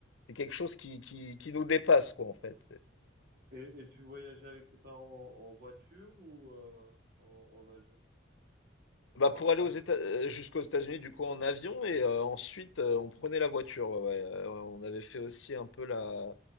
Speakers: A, on the left (about 80°); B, on the right (about 55°).
A: c'est quelque chose qui, qui, qui nous dépasse quoi en fait.
B: Et, et tu voyageais avec tes parents en, en voiture ou euh, en, en avion?
A: Bah
B: Enfin,
A: pour aller
B: en
A: aux
B: avion.
A: Éta heu, jusqu'aux États-Unis du coup en avion et heu, ensuite, heu, on prenait la voiture, ouais, ouais, heu, on avait fait aussi un peu la